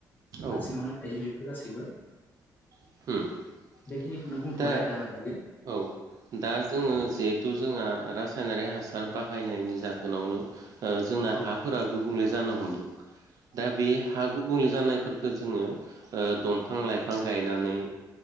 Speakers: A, on the left (about 25°); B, on the right (about 55°).
A: हा
B: औ
A: सिङावनो थायो बेफोर गासैबो
B: <unintelligible>
A: बेखिनिखौनो बुंथ'बाय
B: दा
A: आरो आङो दायो।
B: औ दा जोङो जिहेथु जोंहा रासायनारि हासार बाहायनायनि जाहोनावनो, ओ जोंना
A: औ
B: हाफोरा गुबुंले जानो हमदों दा बे हा गुबुंले जानाय, फोरखो जोङो ओ दंफां लाइफां गायनानै